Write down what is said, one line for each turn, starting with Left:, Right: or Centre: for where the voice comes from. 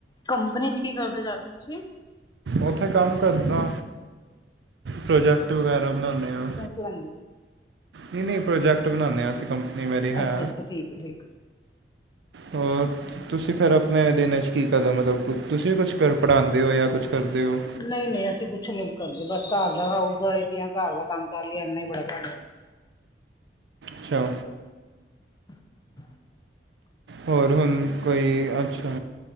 Left: ਕੰਪਨੀ ਚ ਕੀ ਕਰਦੇ ਜਾ ਕੇ ਤੁਸੀਂ।
Right: ਉੱਥੇ ਕੰਮ ਕਰਦਾ ਪ੍ਰੋਜੈਕਟ ਵਗੈਰਾ ਬਣਾਉਦੇ ਹਾਂ।
Left: ਲੈ ਲਓ।
Right: ਨਹੀਂ ਨਹੀਂ ਪ੍ਰੋਜੈਕਟ ਬਣਾਦੇ ਹਾਂ ਅਸੀਂ ਕੰਪਨੀ। ਮੇਰੀ ਹੈ
Left: ਅੱਛਾ, ਅੱਛਾ, ਠੀਕ, ਠੀਕ।
Right: ਹੋਰ? ਤੁਸੀਂ ਫਿਰ ਆਪਣੇ ਦਿਨ ' ਚ ਕੀ ਕਰਦੇ ਹੋ ਮਤਲੱਬ ਤੁਸੀਂ ਵੀ ਕੁੱਛ ਕਰਦੇ ਪੜ੍ਹਾਉਦੇ ਹੋ ਜਾਂ ਕੁੱਛ ਕਰਦੇ ਹੋ।
Left: ਨਹੀਂ ਨਹੀਂ ਅਸੀਂ ਕੁਛ ਨੀ ਕਰਦੇ ਬਸ ਘਰ ਦਾ ਹਾਊਸ ਵਾਈਫ ਹੀ ਆ ਘਰ ਦਾ ਕੰਮ ਕਰ ਲਈਏ ਇੰਨਾ ਹੀ ਬੜਾ ਸਾਨੂੰ।
Right: ਅੱਛਾ।
Left: <unintelligible>
Right: ਹੋਰ ਹੁਣ ਕੋਈ ਅੱਛਾ